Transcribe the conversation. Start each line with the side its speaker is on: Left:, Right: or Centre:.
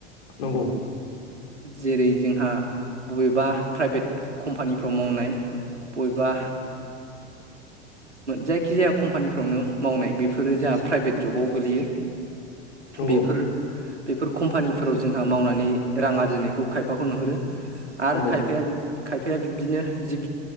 Left: नंगौ।
Right: जेरै जोंहा बबेबा प्राइभेट कम्पानिफ्राव मावनाय। बबेबा जायखिजाया कम्पानिफ्रावनो मावनाय बेफोरो जोंहा प्राइभेट जबाव गोलैयो।
Left: नंगौ
Right: बेफोर बेफोर कम्पानिफोराव जोंहा मावनानै रां आरजिनायखौ खायफाखौ नुहुरो। आरो
Left: नंगौ
Right: खायफाया। खायफाया बिब्दिनो जिब